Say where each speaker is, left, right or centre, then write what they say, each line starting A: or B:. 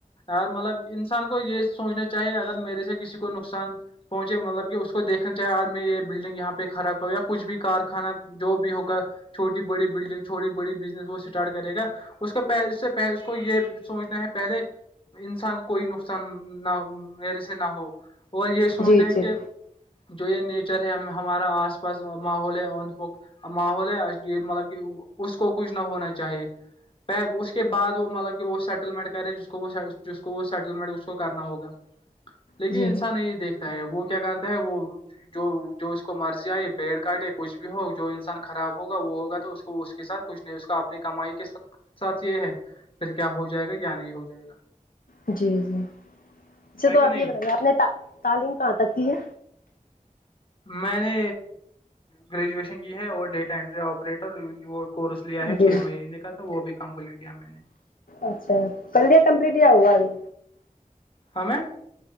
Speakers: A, on the left; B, on the left.
A: اور مطلب انسان کو یہ سوچنا چاہیے اگر میرے سے کسی کو نقصان پہنچے مطلب کہ اس کو دیکھنا چاہے آج میں یہ بلڈنگ یہاں پہ کھڑا کروں یا کچھ بھی کارخانہ جو بھی ہوگا چھوٹی بڑی بلڈنگ چھوٹی بڑی بزنس وہ اسٹارٹ کرے گا اس کو پ اس سے پ اس کو یہ سوچنا ہے پہلے انسان کوئی نقصان نہ میرے سے نہ ہو اور یہ سوچنے
B: جی
A: ہے
B: جی
A: کہ جو یہ نیچر ہے ہمارا آس پاس ماحول ہے اند پک ماحول ہے یہ مطلب کہ اس کو کچھ نہ ہونا چاہیے پ اس کے بعد وہ مطلب کہ وہ سیٹللمنٹ کرے جس کو وہ وہ سیٹلمنٹ اس کو کرنا ہوگا لیکن
B: جی
A: انسان یہ دیکھتا ہے وہ کیا کرتا ہے وہ جو جو اس کو مرضی آئے پیڑ کاٹے کچھ بھی ہو جو انسان خراب ہوگا وہ ہوگا تو اس کو اس کے ساتھ کچھ نہیں اس کا اپنی کمائی کے ساتھ یہ ہے پھر کیا ہو جائے گا کیا نہیں ہو جائے گا
B: جی جی اچھا
A: ہے
B: تو
A: کہ
B: آپ
A: نہیں
B: یہ بتائیے آپ نے تعلیم کہاں تک کی ہے
A: میں نے گریجویشن کی ہے وہ ڈیٹا انینٹری آپریٹر وہ کورس لیا ہے
B: جی
A: چھ مہینے کا تو وہ بھی کمپلیٹ کیا میں نے
B: اچھا کڑ لیا کمپلیٹ یا ہوگا ابھی
A: ہاں میم